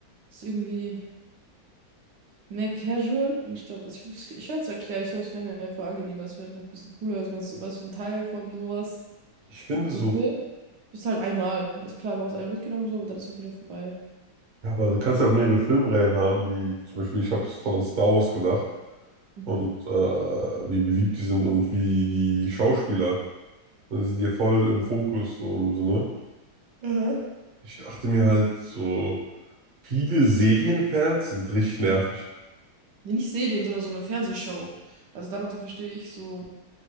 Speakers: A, on the right; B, on the right.
A: ist irgendwie mehr casual und ich glaube, ich, ich werde es erklären, ich glaube, es wäre mir einfach angenehmer, es wäre einfach ein bisschen cooler, dass man so, man so ein Teil von sowas.
B: Ich finde
A: So
B: so
A: ein Film bist halt einmal. Also klar, du hast einmal mitgenommen, so, aber dann ist auch wieder vorbei.
B: Ja, aber du kannst ja auch mehrere Filmreihen haben, wie zum Beispiel, ich habe sofort an Star Wars gedacht
A: Mhm.
B: und äh, wie beliebt die sind und wie die Schauspieler. Die sind ja voll im Fokus, so im Sinne.
A: Mhm.
B: Ich dachte mir halt so, viele Serienfans sind richtig nervig.
A: Nee, nicht Serien, sondern so eine Fernsehshow. Also darunter verstehe ich so,